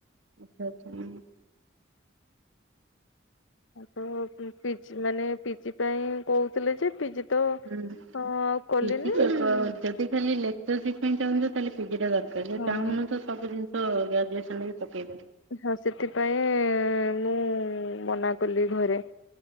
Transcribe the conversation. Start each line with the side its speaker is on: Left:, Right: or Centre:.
Right: ଆଚ୍ଛା ଆଚ୍ଛା।
Left: ତ ପିଜି ମାନେ ପିଜି ପାଇଁ କହୁଥିଲେ ଯେ ପିଜି ତ
Right: ହୁଁ
Left: ହଁ ଆଉ କଲିନି
Right: ଯଦି ଖାଲି ଲେ ଯଉ ସେଥିପାଇଁ ଚାହୁଁଛ ତାହେଲେ ପିଜି ଟା ଦରକାର ଯଉ
Left: ହଁ
Right: ଚାହୁଁନ ତ ସବୁ ଜିନିଷ ଗ୍ରାଜୁଏସନରେ ବି ପକେଇ ପାରିବ।
Left: ହଁ ସେଥିପାଇଁ ମୁଁ ମନା କଲି ଘରେ।